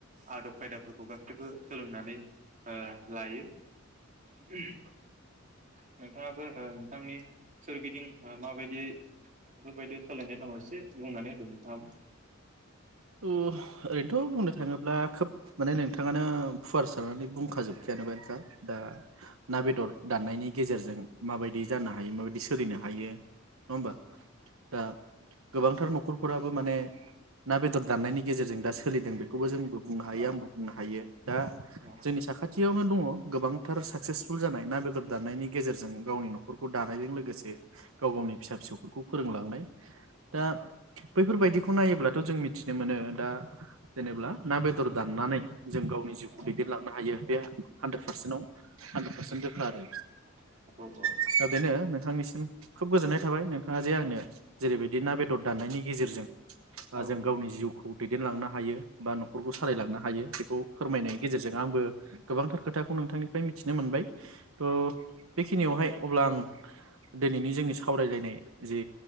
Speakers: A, on the right (about 40°); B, on the right (about 80°).
A: आदब खायदाफोरखौ गाैबो सोलोंनानै ओ लायो नोंथाङाबो ओ नोंथांनि ओ सोरगिदिं माबायदियै बेफोरबायदियाव सोलायनाय दङ एसे बुंनानै होनदों नोंथाङाबो
B: ओ ओरैनोथ‌ बुंनो थाङोब्ला खोब माने नोंथाङानो फुवार सारनानै बुंखाजोबखाबायानोखा दा ना बेदर दाननायनि गेजेरजों माबायदि जानो हायो माबायदि सोलिनो हायो नङा होमबा दा गोबांथार नखरफोराबो माने ना बेदर दाननायनि गेजेरजों दा सोलिदों बेखौबो जोंबो बुंनो हायो
A: औ
B: आंबो बुंनो हायो दा
A: औ
B: जोंनि साखाथियावनो दङ गोबांथार साक्सेसफुल जानाय ना बेदर दानायनि गेजेरजों गावनि नखरखौ दानायजों लोगोसे गाव गावनि फिसा फिसौफोरखौ फोरोंलांनाय
A: औ
B: दा बैफोरबायदिखौ नायोब्ला थ‌ जों मिथिनो मोनो दा जेनेब्ला ना बेदर दाननानै जों गावनि जिउखौ
A: औ
B: दैदेनलांनो हायो बे हानद्रेद पारसेन्टाव हानद्रेद पारसेन्ट रोखा आरो
A: औ औ
B: दा बेनो नोंथांनिसिम खोब गोजोननाय थाबाय नोंथाङा जे आंनो जेरैबायदि ना बेदर दाननायनि गेजेरजों ओ
A: औ
B: जों गावनि जिउखौ दैदेनलांनो हायो बा नखरखौ सालायलांनो हायो बेखौ फोरमायनायनि गेजेरजों आंबो गोबांथार खोथाखौ नोंथांनिफ्राय मिथिनो मोनबाय ओ बेखिनियावहाय अब्ला आं दिनैनि जोंनि सावरायलायनाय जे